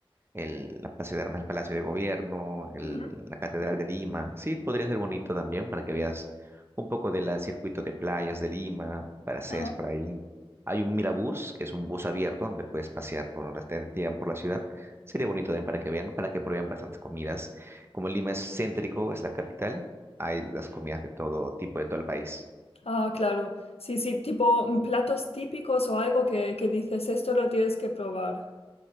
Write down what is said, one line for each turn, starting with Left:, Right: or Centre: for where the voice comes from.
Right: el- la Plaza de Armas, el Palacio de Gobierno, el-
Left: Ujú.
Right: la Catedral de Lima. Sí, podría ser bonito también para que veas un poco del circuito de playas de Lima, Paracés
Left: Ajá.
Right: por ahí. Hay un Mirabús, que es un bus abierto donde puedes pasear por la, te llevan por la ciudad. Sería bonito también para que vean, para que prueben bastantes comidas. Como Lima es céntrico, es la capital, hay las comidas de todo tipo, de todo el país.
Left: Ah, claro. Sí, sí, tipo mm, platos típicos o algo que, que dices, esto lo tienes que probar.